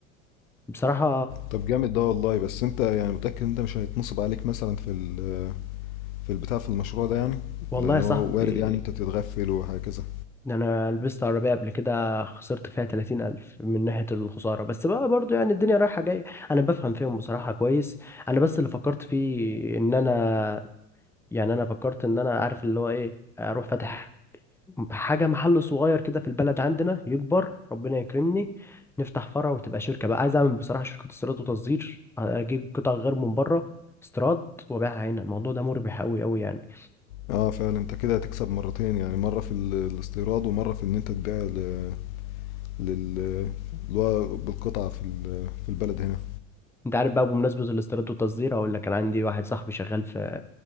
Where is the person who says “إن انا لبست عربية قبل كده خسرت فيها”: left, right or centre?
Centre